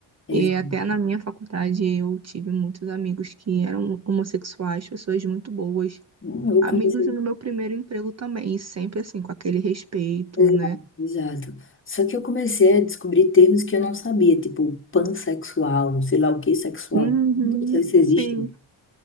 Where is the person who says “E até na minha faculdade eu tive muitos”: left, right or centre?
Right